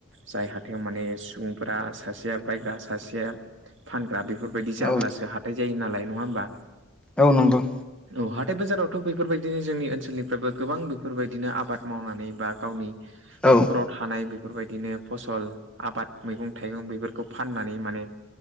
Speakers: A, on the right (about 65°); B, in the centre.
A: जाय हाथायाव माने सुबुंफोरा सासेया बायग्रा सासेया फानग्रा बेफोरबायदि जाब्लासो
B: औ
A: हाथाय जायो नालाय नङा होमबा?
B: औ नंगौ।
A: औ हाथाय बाजारावथ' बेफोरबायदिनो जोंनि ओनसोलनि बो गोबां बेफोरबायदिनो आबाद मावनानै बा गावनि
B: औ
A: न'खराव खानाय बेफोरबायदिनो फसल आबाद मैगं थाइगं बेफोरखौ फाननानै माने